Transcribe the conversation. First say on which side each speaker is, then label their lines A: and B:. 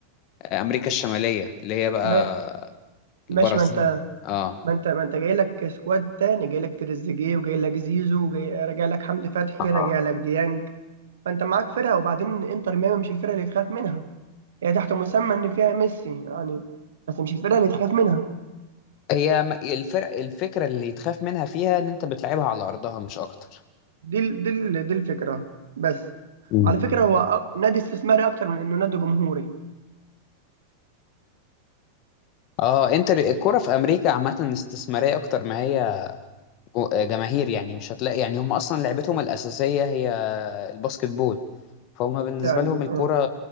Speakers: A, on the left (about 40°); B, on the right (about 65°).
A: امريكا الشماليه اللي هي بقى
B: ما ماشي
A: البرازيل
B: ما أنت
A: اه
B: ما انت ما انت جاي لك سكواد تاني جاي لك تريزيجيه وجاي لك زيزو وجاي راجع لك حمدي فتحي
A: اه
B: راجع لك ديانج فانت معاك فرقه وبعدين انتر ميامي مش الفرقه اللي تخاف منها هي تحت مسمى ان فيها ميسي يعني بس مش الفرقه اللي تخاف منها
A: هي م- الفرق الفكرة اللي يتخاف منها فيها ان انت بتلعبها على ارضها مش اكتر
B: دي ال- دي ال- دي الفكره بس
A: مم.
B: على فكره هو أ- نادي استثماري اكتر من انه نادي جمهوري
A: اه انتر الكرة في امريكا عامة استثمارية اكتر ما هي جو- آه، جماهير يعني مش هتلاقي يعني هم اصلا لعبتهم الاساسيه هي الباسكت بول فهم بالنسبه
B: فعلا
A: لهم الكره
B: اه